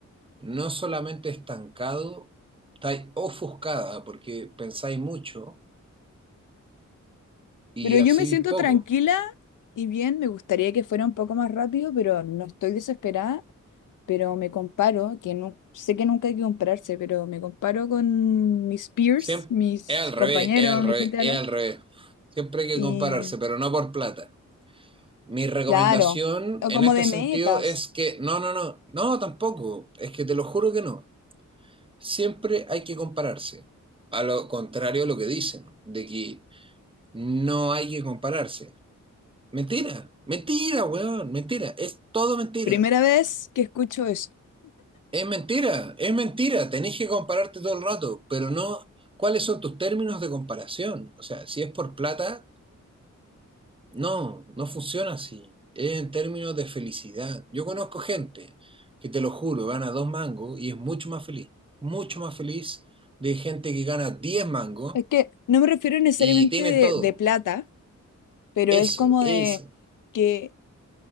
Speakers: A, on the right; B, on the left.
A: no solamente estancado, está ofuscada porque pensáis mucho y
B: Pero
A: así
B: yo me siento
A: poco.
B: tranquila y bien, me gustaría que fuera un poco más rápido, pero no estoy desesperada. pero me comparo, que no, sé que nunca hay que compararse, pero me comparo con mis peers,
A: Siempre,
B: mis
A: es al revés,
B: compañeros,
A: es al revés,
B: mi gente de
A: es
B: al lado,
A: al revés. Siempre hay que
B: y
A: compararse, pero no por plata. Mi recomendación
B: claro, o
A: en
B: como
A: este
B: de
A: sentido
B: metas.
A: es que, no, no, no, no, tampoco. Es que te lo juro que no. Siempre hay que compararse. A lo contrario a lo que dicen, de que No hay que compararse. Mentira, mentira, weón, mentira. Es todo mentira.
B: Primera vez que escucho eso.
A: Es mentira, es mentira. Tenés que compararte todo el rato, pero no. ¿Cuáles son tus términos de comparación? O sea, si es por plata, no, no funciona así. Es en términos de felicidad. Yo conozco gente que te lo juro, gana dos mangos y es mucho más feliz. Mucho más feliz de gente que gana 10 mangos
B: Es que no me refiero necesariamente
A: y tienen
B: de,
A: todo.
B: de plata, pero es
A: Eso,
B: como
A: eso.
B: de que